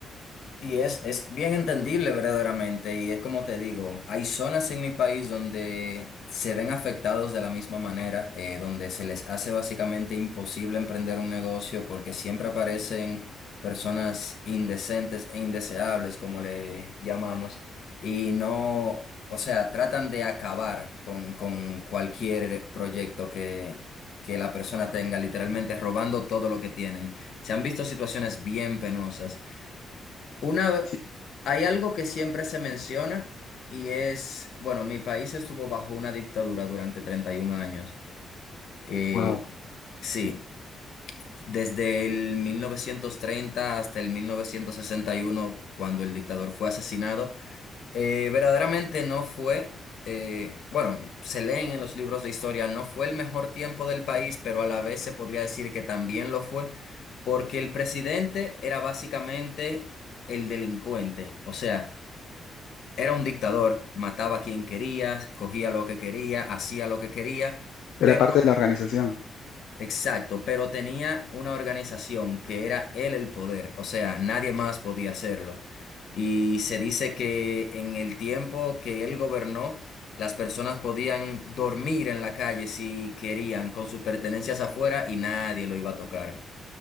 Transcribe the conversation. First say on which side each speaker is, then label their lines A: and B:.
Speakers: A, on the left; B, on the left.
A: Y es, es bien entendible verdaderamente, y es como te digo, hay zonas en mi país donde se ven afectados de la misma manera, eh, donde se les hace básicamente imposible emprender un negocio porque siempre aparecen personas indecentes e indeseables, como le llamamos, y no, o sea, tratan de acabar con, con cualquier proyecto que, que la persona tenga, literalmente robando todo lo que tienen. Se han visto situaciones bien penosas. Una, ve-
B: Sí,
A: hay algo que siempre se menciona y es, bueno, mi país estuvo bajo una dictadura durante 31 años. Eh,
B: wow.
A: sí, desde el 1930 hasta el 1961 cuando el dictador fue asesinado, eh, verdaderamente no fue, eh, bueno, se leen en los libros de historia, no fue el mejor tiempo del país, pero a la vez se podría decir que también lo fue, porque el presidente era básicamente el delincuente, o sea... Era un dictador, mataba a quien quería, cogía lo que quería, hacía lo que quería,
B: Era
A: pero
B: parte de la organización.
A: exacto, pero tenía una organización que era él el poder, o sea, nadie más podía hacerlo. Y se dice que en el tiempo que él gobernó, las personas podían dormir en la calle si querían, con sus pertenencias afuera y nadie lo iba a tocar.